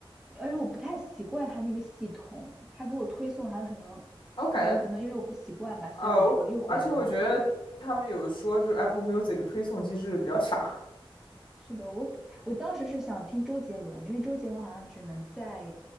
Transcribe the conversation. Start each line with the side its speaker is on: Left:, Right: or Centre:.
Centre: 而且我不太习惯它那个系统，它给我推送还有什么，
Left: 啊，我感觉
Centre: 我感觉可能因为我不习惯吧，所以我就又回到了网易云。
Left: 啊，我而且我觉得他们有说就是 Apple Music 推送机制比较傻
Centre: 是的，我我当时是想听周杰伦的，因为周杰伦好像只能在